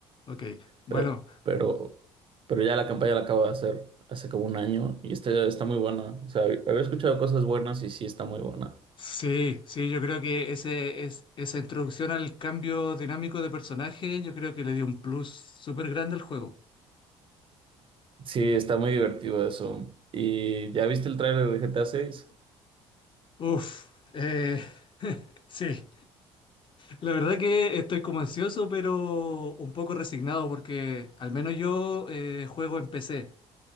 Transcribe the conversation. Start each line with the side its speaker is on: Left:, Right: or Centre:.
Left: ok. Bueno.
Right: Pero, pero, pero ya la campaña la acabo de hacer hace como un año y está, está muy buena. O sea, había escuchado cosas buenas y sí está muy buena.
Left: Sí, sí, yo creo que ese, es, esa introducción al cambio dinámico de personaje, yo creo que le dio un plus súper grande al juego.
Right: Sí, está muy divertido eso. ¿Y ya viste el tráiler de GTA 6?
Left: Uf, eh, <laughs> sí, la verdad que estoy como ansioso, pero un poco resignado porque al menos yo eh, juego en PC,